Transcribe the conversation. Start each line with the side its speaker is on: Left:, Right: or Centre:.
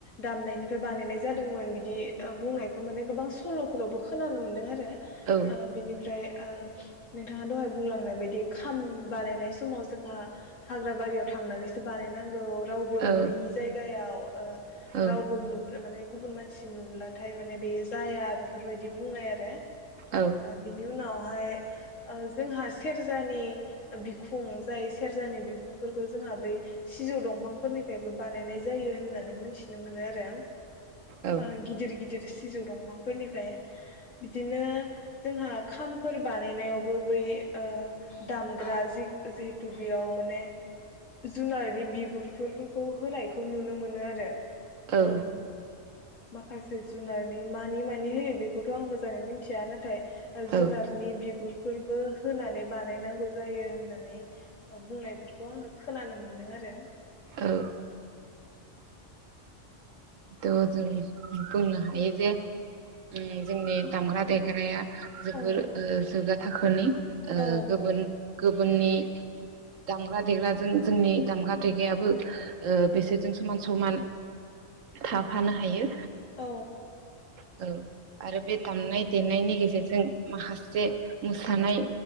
Left: दामनायनि बानायनाय जादोंमोन बिदि ओ बुंनायखौ माने गोबां सलफोरावबो खोनानो मोन्दों आरो ओ
Right: औ
Left: बिनिफ्राय ओ नोंथाङा दहाय बुंलांनाय बायदि बे खाम बानायनाय समाव जोंहा हाग्रा बारियाव थांनानैसो बानायनांगौ रावबो
Right: औ
Left: नुयि जायगायाव ओ
Right: औ
Left: रावबो नु माने गुबुन मानसि नुुब्ला थाय माने बेयो जाया बेफोरबायदि बुंनाय आरो
Right: औ
Left: ओ बिनि उनाव ओ जोंहा ओ सेरजानि बिखुं जाय सेरजानि बिखुंफोरखौ जोंहा बै सिजौ दंफांफोरनिफ्रायबो बानायनाय जायो होननानै मोनथिनो मोनो आरो
Right: औ
Left: ओ गिदिर सिजौ दंफांफोरनिफ्राय बिदिनो जोंहा खामफोर बानायनायावबो बै ओ दामग्रा जि-जिहेथु बेयाव माने जुनारनि बिगुरफोरखौ होनायखौ नुनो मोनो आरो
Right: औ
Left: ओम माखासे जुनारनि मानि मानि होयो बेखौथ आं मोजाङै मिथिया नाथाय ओ
Right: औ
Left: जुनारनि बिगुरफोरबो होनानै बानायनांगौ जायो होननानै बुंनायफोरखौ आङो खोनानो मोनदों आरो
Right: औ औ जों बुंनो हायो जे उम जोंनि दामग्रा देग्राया जोबोर
Left: औ
Right: ओ थाखोनि ओ
Left: औ
Right: गुबुन गुबुननि दामग्रा देग्राजों जोंनि दामग्रा देगायाबो ओ बिसोरजों समान समान थाफानो हायो
Left: औ
Right: औ आरो बे दामनाय देनायनि गेजेरजों माखासे मोसानाय